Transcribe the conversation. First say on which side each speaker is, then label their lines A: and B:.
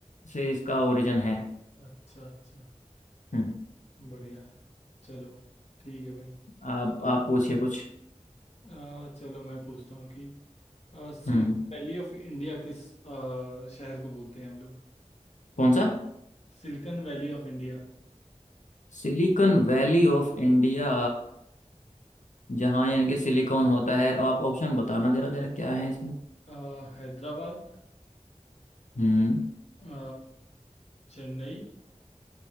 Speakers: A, on the left; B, on the left.
A: से इसका ओरिजिन है
B: अच्छा अच्छा
A: हम्म
B: बढ़िया है चलो ठीक है भाई
A: आप आप पूछिए कुछ
B: अ, चलो मैं पूछता हूँ कि सिलिकन
A: हम्म
B: वैली ऑफ इंडिया किस अ, शहर को बोलते हैं हम लोग
A: कौन सा
B: सिलिकन वैली ऑफ इंडिया
A: सिलिकॉन वैली ऑफ इंडिया जहाँ यानी कि सिलिकॉन होता है अब आप ऑप्शन बताना जरा जरा क्या है इसमें
B: अ, हैदराबाद
A: हम्म
B: अ, चेन्नई